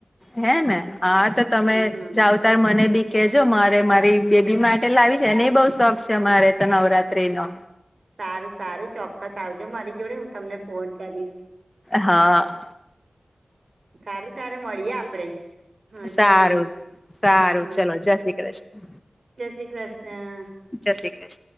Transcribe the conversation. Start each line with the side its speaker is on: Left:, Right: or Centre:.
Left: હે ને હા તો તમે
Right: હા
Left: જાવો તાર મને બી કેજો મારે મારી બેબી માટે લાવી છે એને બહુ શોખ છે મારે તો નવરાત્રી નો.
Right: સારું સારું ચોક્કસ આવજો મારી જોડે હું તમને ફોન કરીશ.
Left: હા.
Right: સારું તારે મળીએે આપડે. હા જલ્દી
Left: સારું સારું
Right: હ
Left: ચલો જય શ્રી કૃષ્ણ
Right: જય શ્રી ક્રશ્ર્ન.
Left: જય શ્રી ક્રશ્ર્ન.